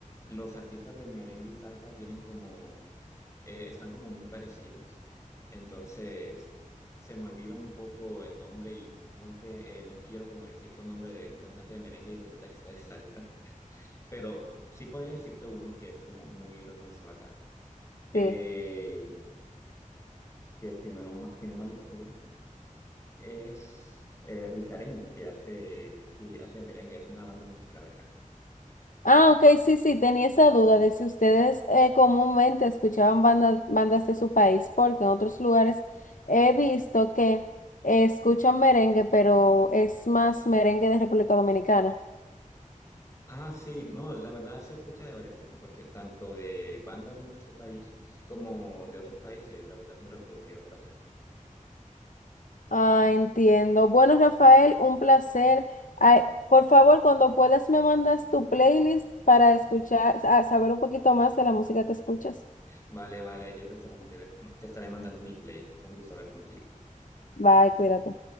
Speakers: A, on the left; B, on the left.
A: los artistas del merengue y salsa tienen como eh, están como muy parecidos. Entonces, se me olvida un poco el nombre y no te, eh, no quiero como decirte un nombre de un cantante de merengue y resulta que sea de salsa, pero sí podría decirte uno que es como muy reconocido acá. Eh,
B: Sí.
A: que si no, ma- si no mal estoy, es eh, Rick que hace, sí, hace merengue, es una banda musical acá.
B: Ah, ok, sí, sí, tenía esa duda de si ustedes eh, comúnmente escuchaban bandas, bandas de su país, porque en otros lugares he visto que eh, escuchan merengue, pero es más merengue de República Dominicana.
A: Ah, sí, no, la verdad se escucha de varios tipos, porque tanto de bandas de nuestro país como de otros países, la verdad es muy reproducida por acá.
B: Ah, entiendo. Bueno, Rafael, un placer. Ay, por favor, cuando puedas me mandas tu playlist para escuchar, a saber un poquito más de la música que escuchas.
A: Vale, vale, yo te estaré, mandando- te estaré mandando mi playlist. Fue un gusto hablar contigo.
B: Bye, cuídate.